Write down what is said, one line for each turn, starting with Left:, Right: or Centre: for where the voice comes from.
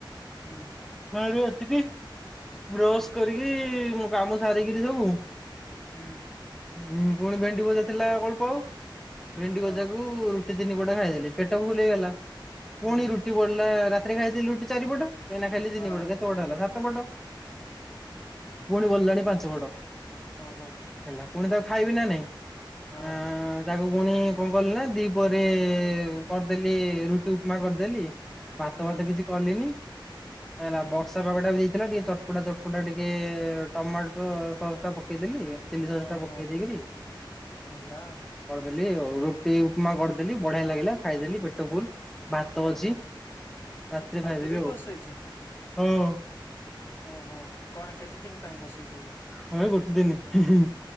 Left: ହୁଁ।
Centre: ସାଡୁ ଆସକି ବ୍ରସ କରିକି ମୋ କାମ ସାରିକିରି ସବୁ
Left: ହୁଁ।
Centre: ହୁଁ ଫୁଣି ଭେଣ୍ଡି ଭଜା ଥିଲା ଅଳ୍ପ ଆଉ ଭେଣ୍ଡି
Left: ହଁ
Centre: ଭଜାକୁ ରୁଟି ତିନି ପଟା ଖାଇଦେଲି ପେଟ ଫୁଲ୍ ହେଇଗଲା
Left: ହୁଁ
Centre: ପୁଣି ରୁଟି ବଳିଲା ରାତିରେ ଖାଇଦେଲି ରୁଟି ଚାରିପଟ। ଏଇନା ଖାଇଲି ତିନି
Left: ହଁ
Centre: ପଟ କେତେ ପଟ ହେଲା ସାତ ପଟ ପୁଣି ବଳିଲାଣି ପାଞ୍ଚ ପଟ।
Left: ହଉ ହଉ।
Centre: ହେଲା ପୁଣି ତାକୁ ଖାଇବି ନା ନାଇଁ
Left: ହଁ
Centre: ଆଁ। ତାକୁ ପୁଣି କଣ କଲି ନା ଦି ପରେ କରିଦେଲି ରୁଟୁ କରିଦେଲି ଭାତ
Left: ହୁଁ
Centre: ଫାତ କିଛି କଲିନି, କାଇଁ କିନା
Left: ହୁଁ
Centre: ବର୍ଷା ପାଗଟା ବି ଥିଲା ଟିକେ ଚଟପଟା ଚଟପଟା ଟିକେ ଟମାଟୋ ସସ୍ ଟା ପକେଇଦେଲି। ଚିଲି ସସ୍
Left: ଓହୋ
Centre: ଟା ପକେଇ ଦେଇକିରି
Left: ହେଲା ଆଉ
Centre: କରିଦେଲି ଆଉ ରୁଟି ଉପମା କରିଦେଲି ବଢିଆ ଲାଗିଲା ଖାଇଦେଲି ପେଟ ଫୁଲ। ଭାତ
Left: ଓହୋ
Centre: ଅଛି ରାତିରେ
Left: ଭାତ
Centre: ଖାଇଦେବି
Left: ବି ବସେଇଛ
Centre: ଆଉ ହ।
Left: ଓହୋ କଣ କେତେ ଦିନ ପାଇଁ ବସେଇଚ କି?
Centre: ଭାଇ ଭୋଟି ଦେଇନି ହିଁ ହିଁ।